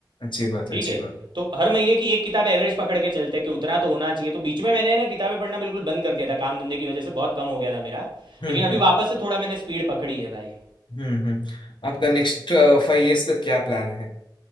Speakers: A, on the left (about 75°); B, on the right (about 70°).
A: अच्छी बात
B: ठीक
A: अच्छी
B: है
A: बात
B: तो हर महीने की एक किताब एवरेज पकड़ के चलते हैं कि उतना तो होना चाहिए तो बीच में मैंने है ना किताबें पढ़ना बिल्कुल बंद कर दिया था काम धंधे की वजह से बहुत कम हो गया था मेरा
A: हम्म
B: लेकिन अभी
A: हम्म
B: वापस से थोड़ा मैंने स्पीड पकड़ी है भाई
A: हम्म हम्म आपका नेक्स्ट फाइव इयर्स का क्या प्लान है